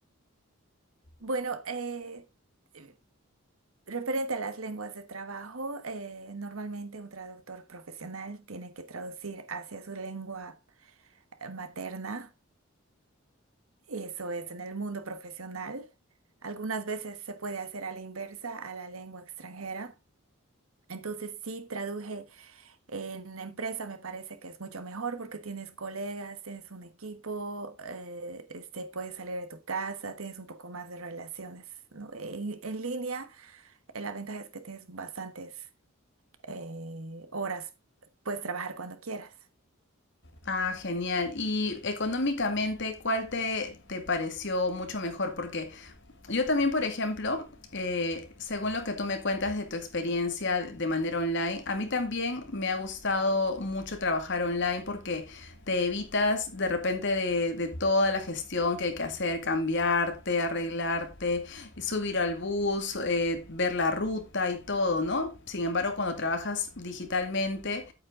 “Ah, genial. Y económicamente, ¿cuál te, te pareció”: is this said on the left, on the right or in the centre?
Left